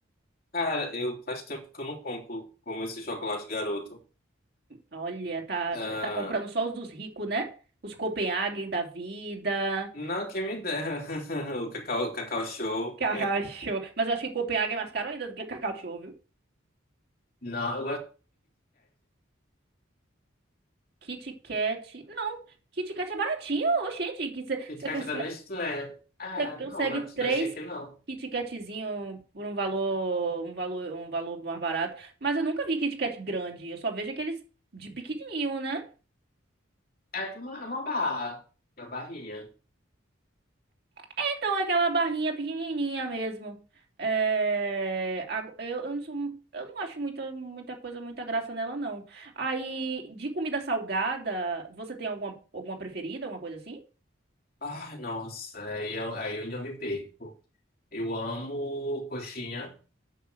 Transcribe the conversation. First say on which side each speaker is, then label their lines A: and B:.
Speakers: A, on the left; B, on the right.
A: Cara, eu faz tempo que eu não compro como esse chocolate garoto.
B: Olha, tá,
A: Ah,
B: tá comprando só os dos ricos, né? Os Copenhagen da vida.
A: não, quem me dera. <laughs> O Cacau, o Cacau Show.
B: Cacau Show. Mas eu acho que Copenhague é mais caro ainda do que Cacau Show, viu?
A: Não.
B: Kit Kat. Não, Kit Kat é baratinho, ô, gente. Que você
A: Kit Kat
B: consegue,
A: da Nestlé. Ah,
B: consegue
A: não, não, é-
B: três
A: não achei que não.
B: Kit Katzinho por um valor, um valor, um valor mais barato. Mas eu nunca vi Kit Kat grande. Eu só vejo aqueles de pequenininho, né?
A: É, Ah, na Bahia.
B: Então, é aquela barrinha pequenininha mesmo. É, a- eu, eu não sou, eu não acho muita, muita coisa, muita graça nela, não. Aí, de comida salgada, você tem alguma, alguma preferida, alguma coisa assim?
A: Ai, nossa, aí eu, aí onde eu me perco. Eu amo coxinha.